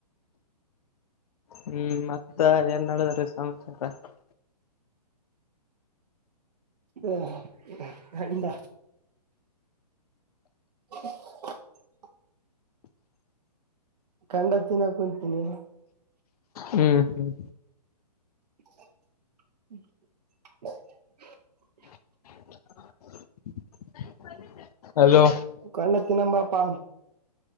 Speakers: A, on the left (about 60°); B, on the right (about 70°).
A: ಹ್ಮ್ ಮತ್ತ ಏನ್ ನಡದಾರೆ ಹ ಸ <unintelligible>
B: ಹ ಎಂದ <unintelligible> <inaudible> <unintelligible> ಖಂಡತ್ತಿನ ಕುಂತೀನಿ
A: ಹ್ಮ್ ಹ್ಮ್
B: ಹ್ಮ
A: <unintelligible> <inaudible> ಹಲೋ
B: ಕ್ಣ ತಿನಂಬಾಪಾ